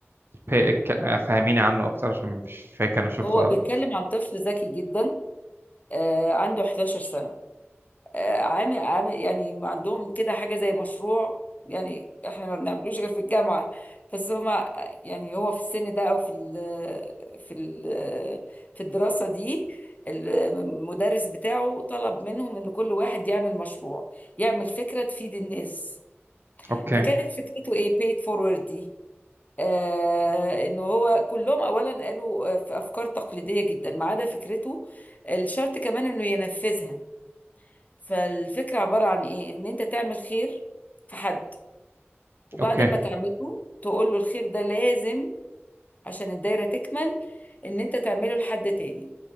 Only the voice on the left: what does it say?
هو
بيتكلم
عن طفل ذكي جدا آه عنده 11 سنة آه، عامل عامل يعني عندهم كده حاجة زي مشروع يعني احنا ما بنعملوش غير في الجامعة بس هما يعني هو في السن ده او في ال في ال في الدراسة دي المدرس بتاعه طلب منهم ان كل واحد يعمل مشروع يعمل فكرة تفيد الناس
فكانت فكرته ايه paid forward دي آه انه هو كلهم اولا قالوا آه، في افكار تقليدية جدا ما عدا فكرته الشرط كمان انه ينفذها فالفكرة عبارة عن ايه ان انت تعمل خير في حد وبعد
ما تعمله تقول له الخير ده لازم عشان الدايرة تكمل ان انت تعمله لحد تاني